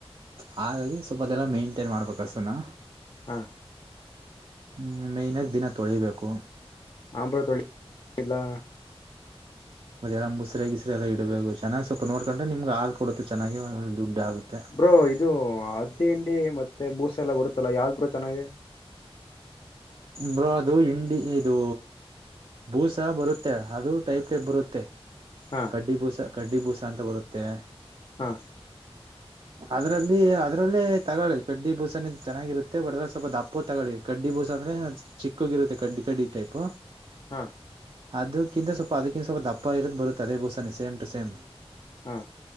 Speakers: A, on the right (about 55°); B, on the left (about 45°).
A: ಹಾಗಾಗಿ ಸ್ವಲ್ಪ ದಿನ ಮೇಂಟೈನ್ ಮಾಡ್ಬೇಕು ಹಸುನಾ
B: ಹಾ
A: ಹ್ಮ್ ಮೈನಾಕಗಿ ದಿನ ತೊಳಿಬೇಕು.
B: ಹಾಂ ಬ್ರೋ ತೊಳಿ ಇಲ್ಲ
A: ಮತ್ತೆಲ್ಲ ಮುಸ್ರೆ ಗಿಸ್ರೆ ಎಲ್ಲ ಇಡ್ಬೇಕು ಚೆನ್ನಾಗಿ ಸ್ವಲ್ಪ ನೋಡ್ಕೊಂಡ್ರೆ ನಿಮ್ಗೆ ಹಾಲ್ ಕೊಡುತ್ತು ಚೆನ್ನಾಗಿ ದುಡ್ಡು ಆಗುತ್ತೆ
B: ಬ್ರೋ ಇದು ಹತ್ತಿ ಹಿಂಡಿ ಮತ್ತೆ ಬೂಸ ಎಲ್ಲ ಬರುತ್ತಲ್ಲ ಯಾವ್ದ್ ಬ್ರೋ ಚೆನ್ನಾಗಿ
A: ಬ್ರೋ ಅದು ಹಿಂಡಿ ಇದು ಭೂಸ ಬರುತ್ತೆ ಆದ್ರೂ ಟೈಪ್ ಟೈಪ್ ಬರುತ್ತೆ
B: ಹಾ
A: ಕಡ್ಡಿ ಬೂಸ ಕಡ್ಡಿ ಬೂಸ ಅಂತ ಬರುತ್ತೆ.
B: ಹಾ
A: ಅದ್ರಲ್ಲಿ ಅದ್ರಲ್ಲೇ ತಗೊಳ್ಳಿ ಕಡ್ಡಿ ಬೂಸನ ಚೆನ್ನಾಗಿರುತ್ತೆ ಬಟ್ದ್ರೆ ಸ್ವಲ್ಪ ದಪ್ಪುದು ತಗೊಳ್ಳಿ ಕಡ್ಡಿ ಬೂಸ ಅಂದ್ರೆ ಚಿಕ್ಕೋಗಿರುತ್ತೆ ಕಡ್ಡಿ ಕಡ್ಡಿ ಟೈಪ್
B: ಹಾ
A: ಅದಕ್ಕಿಂತ ಸ್ವಲ್ಪ ಅದಕ್ಕಿಂತ ಸ್ವಲ್ಪ ದಪ್ಪ ಇರದ್ ಬರುತ್ತೆ ಅದೇ ಬೂಸಾನ ಸೇಮ್ ಟು ಸೇಮ್
B: ಹಾ